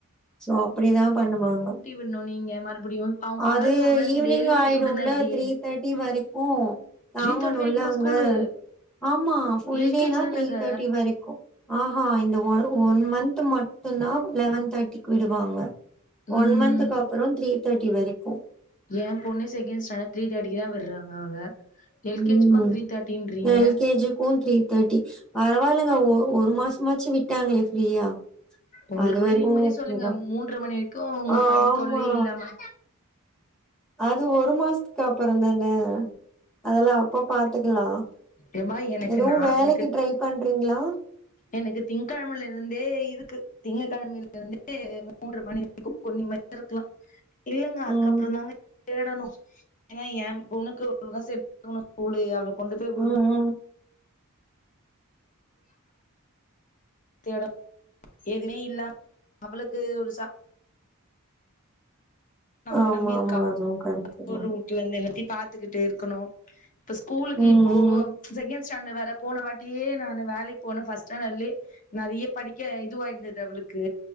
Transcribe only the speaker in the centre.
சோ அப்படிதா பண்ணுவாங்க
அது
ஈவினிங்
ஆயிடுல்ல
த்ரீ தேட்டி வரைக்கூ தாங்கணுல்ல
அங்க
ஆமா ஃபுல்
டேனா
த்ரீ தேட்டி வரைக்கூ ஆஹா இந்த ஒ ஒன் மந்த் மட்டுந்தா லெவன் தேட்டிக்கு விடுவாங்க ஒன்
மந்த்க்கு அப்புறோ த்ரீ தேட்டி வரைக்கூ
ம்
எல் கே ஜிக்கூ த்ரீ தேட்டி பரவால்லங்க ஒ ஒரு மாசமாச்சு விட்டாங்ளே ஃப்ரீயா
அது வரைக்கு
ஓகேதா
ஆமா
அது ஒரு மாஸ்த்துக்கு அப்புறோ தான அதெல்லா அப்ப பாத்துக்கலா
எது
வேலைக்கி
ட்ரை பண்றீங்ளா
ம்
ம் ம்
ஆமா
ஆமா அதுவு கரெக்ட்
தா
ம்
ம்